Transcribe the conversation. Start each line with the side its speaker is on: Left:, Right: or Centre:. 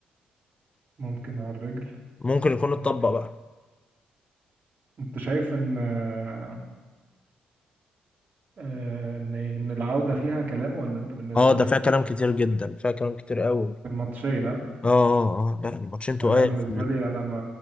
Right: ممكن على الرجل
Left: ممكن يكون
Right: مم.
Left: اتطبق بقى
Right: انت شايف ان آه، ان ان العودة فيها كلام ولا انت بالنسبة
Left: اه ده
Right: لك
Left: فيها كلام
Right: خلاص
Left: كتير جدا فيها كلام كتير قوي
Right: في الماتشين ها؟
Left: اه اه اه لا الماتشين تقال
Right: يعني انا بالنسبة
Left: في ال-
Right: لي انا ما